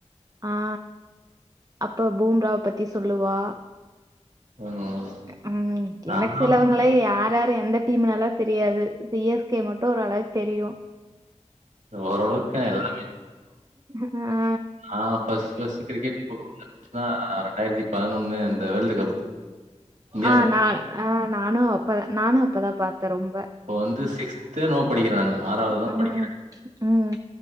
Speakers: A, on the right; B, on the right.
A: ஆ அப்ப பூம்ராவ பத்தி சொல்லுவா
B: ம்
A: உம்
B: நான்லா
A: எனக்கு சிலவங் களே யார் யாரு எந்த டீமுனல்லா தெரியாது சி எஸ் கே மட்டும் ஓர்ளவு தெரியும்
B: ஓரளவுக்கு எல்லா
A: ம் ஆ
B: ஆ ஃபர்ஸ்ட் ஃபர்ஸ்ட்டு கிரிக்கெட் புடிச்சியிருஞ்சுன்னா ரெண்டாயிரத்தி பதினொன்னு அந்த வெர்ல்டு கப் இந்தியா
A: ஆ நா ஆ நானும் அப்பதா நானும் அப்பதா பாத்தே ரொம்ப
B: அப்போ வந்து சிக்ஸ்தோ என்னவோ படிக்கிறே நானு ஆறாவதுதா
A: உம்
B: படிக்
A: உம்